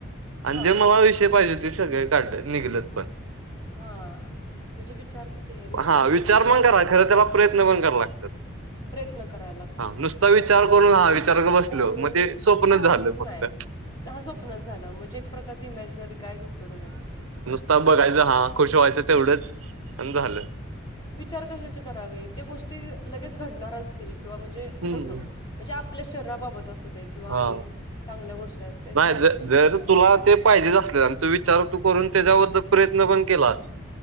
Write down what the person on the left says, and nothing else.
हां,
हा म्हणजे विचार कितीये. म्हणजे
पॉझिटिव्ह
का
विचार
करायचा
तर
हे.
प्रयत्न करायला लागतोय.
त्या गोष्टीसाठी.
बोलून
काहीच
नाय
हा स्वप्नात झालं. म्हणजे एक प्रकारची इमॅजिनरी कायच उपयोग नाही त्याचं.
विचार कशाचे करावे. ते गोष्टी लगेच घडणार असतील. किंवा म्हणजे
तसं म्हणजे आपल्या शरीराबाबत असू दे, किंवा
आणि चांगल्या गोष्टी असु दे, त्याच्याबाबत
विचार
करावा.